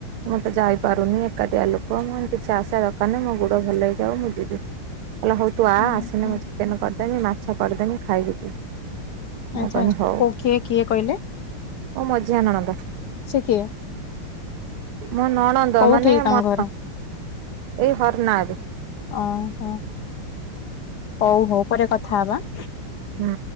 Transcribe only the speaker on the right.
ମୁଁ ତ ଯାଇପାରୁନି ଏକାଟିଆ ଲୋକ ମୁଁ କିଛି ଆସିବା ଦରକାର ନାହିଁ ମୁଁ ଗୋଟେ ଭଲ ହେଇଯାଉ ମୁଁ ଯିବି ହେଲେ ହଉ ତୁ ଆ
ଆସିଲେ
ମୁଁ ଚିକେନ କରିଦେବି ମାଛ ମାଛ କରିଦେମି ଖାଇକି ଯିବୁ।
ମୁଁ କହିଲି
ହଉ
ମୋ ମଝିଆ ନଣନ୍ଦ।
ମୋ ନଣନ୍ଦ
ମାନେ
ମ
ଏଇ ହର ନାରେ
ହୁଁ।